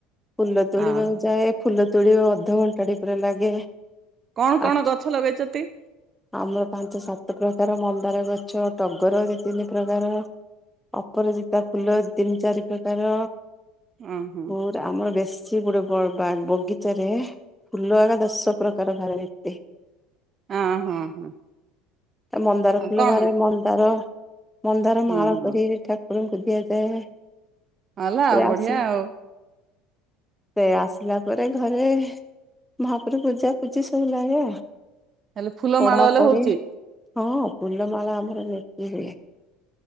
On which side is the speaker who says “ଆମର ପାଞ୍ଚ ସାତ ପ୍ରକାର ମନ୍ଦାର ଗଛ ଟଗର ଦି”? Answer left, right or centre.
Centre